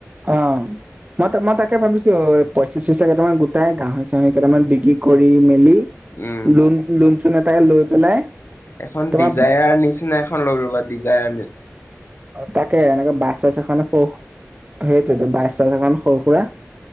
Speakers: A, on the right; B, on the left.
A: অ ম ত মই তাকে ভাবিছো পইচা-চইচা কেইটামান গোটাই গাহৰি-চাহৰি কেইটামান বিক্ৰী কৰি মেলি,
B: উম
A: লোন লুম-চুন এটাকে লৈ পেলাই
B: এখন
A: তোমাৰ
B: ডিজায়াৰ নিচিনা এখন লৈলো লোবা ডিজায়াৰ ম
A: তাকে এনেকে বাছ-চাছ এখন সৰু সেইটোতো, বাছ-চাছ এখন সৰু-সুৰা।